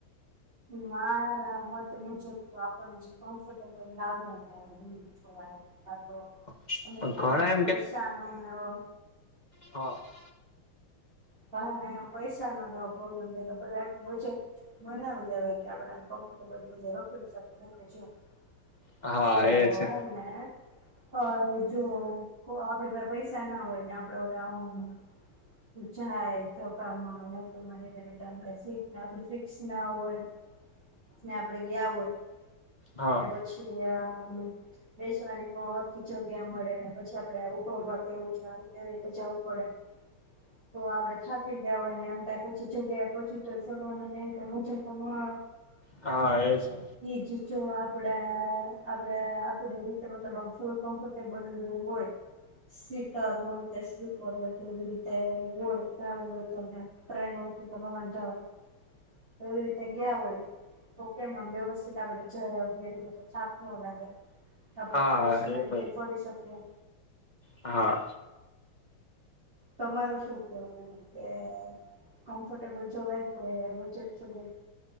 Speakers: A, on the right; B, on the left.
A: મારા મત મુજબ તો આપણને જે કમ્ફર્ટેબલ લાગે ને તો ઈજ જોવાય આતો
B: ઘ
A: એમજ ને
B: ઘણા
A: આમ
B: એમ
A: પૈસાનો ને એવો
B: હહ
A: ઘણાને એમ પૈસાનો ને એવો પ્રોબ્લેમ હોય તો પહેલા <inaudible> બનાવી લેવાય કે આપણે આમ કમ્ફર્ટેબલ મુજબ <inaudible>
B: હા
A: જુવો
B: એ છે
A: હેને અ જુવો કો આપણી પાહે પૈસા ના હોય ને આપણે ઓલા આમ જાય ધક્કામાં મૂકીમાં ને એવી રીતે આમ કાંઈ સીટને આપણી ફિક્સ ના હોય. ને આપડે ગયા હોય
B: હા
A: ને પછી આ બેસવાની નો હરખી જગ્યા મળે ને પછ કે આપડે આ ઉભા ઉભા કે એવું જાવ એવી રીતે જાવું પડે. તો આપડે થાકી ગયા હોય ને એમ કાંઈ પૂછી જગ્યાએ પહોંચી તોય ફરવામાં ને એવી કાંઈ મૂંઝાતા નો આવ
B: હા એ છે
A: ઈ જ જો આપણા આપણા આપડી રીતે મતલબ આમ ફૂલ કમ્ફર્ટેબલ હોય સીતારું ને કે સી ફરવું કેવી રીતે? હોય ટ્રાવેલ હોય તો તમે ટ્રેન હોય તો તમે વાંધો આવે? થોડી જગ્યા હોય. તો કેમમ વ્યવસ્થિત બડે જ વગે ચાક નું અ લગે આપડે
B: હા
A: ફ્રેશમેન્ટ
B: એ બ
A: ફરી શકીએ
B: હા
A: તમારું શું કેવું કે કમ્ફર્ટેબલ જવાય કે બજેટ જોવાય?